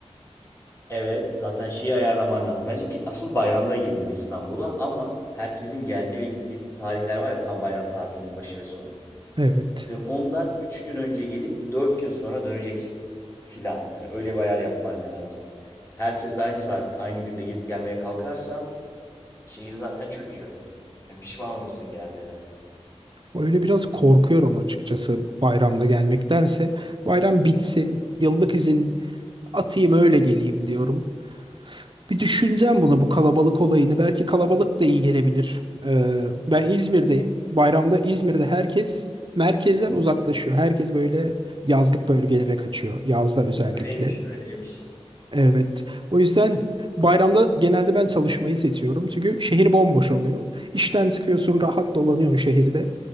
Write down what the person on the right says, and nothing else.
Evet.
Öyle biraz korkuyorum açıkçası bayramda gelmektense. Bayram bitsin, yıllık izin atayım öyle geleyim diyorum. Bir düşüneceğim bunu bu kalabalık olayını. Belki kalabalık da iyi gelebilir. Ee, ben İzmir'deyim. Bayramda İzmir'de herkes merkezden uzaklaşıyor. Herkes böyle yazlık bölgelere kaçıyor. Yazda özellikle.
Evet. O yüzden bayramda genelde ben çalışmayı seçiyorum. Çünkü şehir bomboş oluyor. İşten çıkıyorsun, rahat dolanıyorsun şehirde.